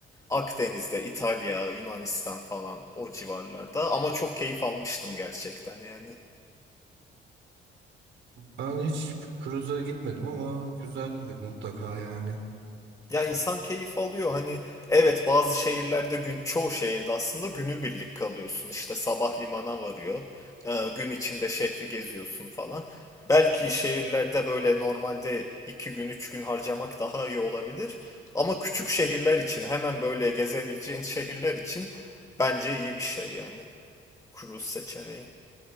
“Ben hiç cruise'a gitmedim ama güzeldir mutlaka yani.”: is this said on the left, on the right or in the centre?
Right